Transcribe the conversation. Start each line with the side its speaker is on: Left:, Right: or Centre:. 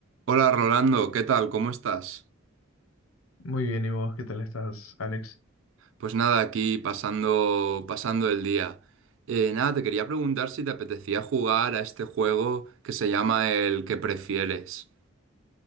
Right: Hola Rolando, ¿qué tal? ¿Cómo estás?
Left: Muy bien, ¿y vos qué tal estás, Alex?
Right: Pues nada, aquí pasando, pasando el día. Eh, nada, te quería preguntar si te apetecía jugar a este juego que se llama el que prefieres.